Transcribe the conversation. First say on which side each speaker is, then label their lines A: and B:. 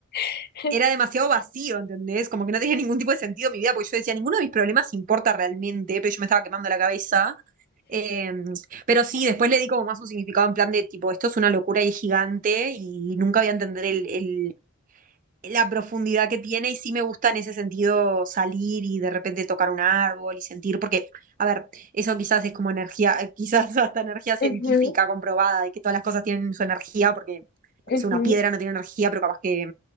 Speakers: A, on the left; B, on the right.
A: <laughs>
B: era demasiado vacío, ¿entendés? Como que no tenía ningún tipo de sentido mi vida, porque yo decía, ninguno de mis problemas importa realmente, pero yo me estaba quemando la cabeza. Eh, pero sí, después le di como más un significado en plan de tipo, esto es una locura y es gigante y nunca voy a entender el, el la profundidad que tiene y sí me gusta en ese sentido salir y de repente tocar un árbol y sentir, porque, a ver, eso quizás es como energía, <laughs> eh, quizás hasta energía científica
A: Ujú,
B: comprobada, de que todas las cosas tienen su energía, porque no
A: ujú.
B: sé, una piedra no tiene energía, pero capaz que